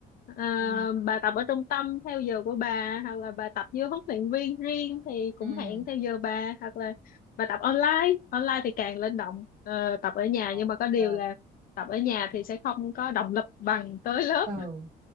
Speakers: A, on the left; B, on the right.
A: À,
B: Ừ.
A: bà tập ở trung tâm theo giờ của bà hoặc là bà tập với huấn luyện viên riêng thì cũng
B: Ừ.
A: hẹn theo giờ bà hoặc là bà tập online online thì càng linh động Ờ, tập ở nhà
B: Ok.
A: nhưng mà có điều là tập ở nhà thì sẽ không có động lực bằng tới lớp
B: Ừ.